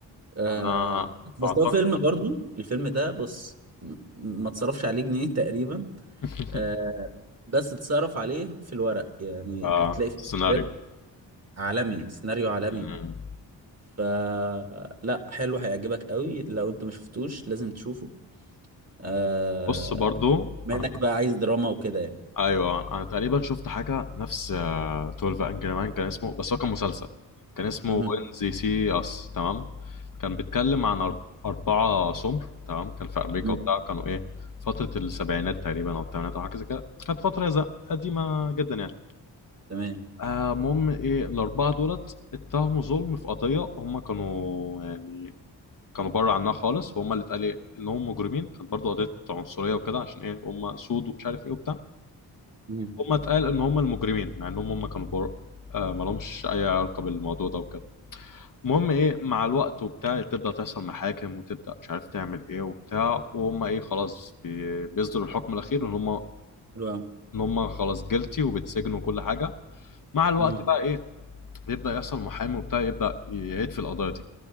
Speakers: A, on the right; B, on the left.
A: آه
B: انا
A: بس
B: اعتقد
A: هو فيلم برضو الفيلم ده بص م- ما اتصرفش عليه جنيه <laughs> تقريبا
B: <laughs>
A: آه بس اتصرف عليه في الورق يعني
B: آه.
A: هتلاقي في
B: سيناريو
A: سكريبت عالمي سيناريو عالمي
B: مم.
A: فلا حلو هيعجبك قوي لو انت ما شفتوش لازم تشوفه آه...
B: بص برضو
A: بما
B: انا
A: انك
B: كنت
A: بقى عايز دراما وكده يعني
B: ايوه انا تقريبا شفت حاجه نفس آه، 12 انجري مان كان اسمه بس هو كان مسلسل كان اسمه
A: مهم.
B: وين زي سي اس تمام كان بيتكلم عن أر- اربعه سمر تمام كان في امريكا
A: مهم.
B: وبتاع كانوا ايه فتره السبعينات تقريبا او الثمانينات او حاجه زي كده كانت فتره ز- قديمه جدا يعني
A: تمام
B: آه، المهم ايه الاربعه دولت اتهموا ظلم في قضيه هم كانوا يعني كانوا بره عنها خالص وهم اللي اتقال إيه، انهم مجرمين كانت برضو قضيه عنصريه وكده عشان ايه هم سود ومش عارف ايه وبتاع
A: مهم.
B: هم اتقال ان هم المجرمين مع انهم هم كانوا بره آه ما لهمش اي علاقه بالموضوع ده وكده المهم ايه مع الوقت وبتاع تبدا تحصل محاكم وتبدا مش عارف تعمل ايه وبتاع وهم ايه خلاص بي- بيصدروا الحكم الاخير ان هم
A: حلو قوي
B: ان هم خلاص جلتي وبيتسجنوا وكل حاجه مع الوقت
A: مهم.
B: بقى ايه يبدا يحصل محامي وبتاع يبدا يعيد في القضايا دي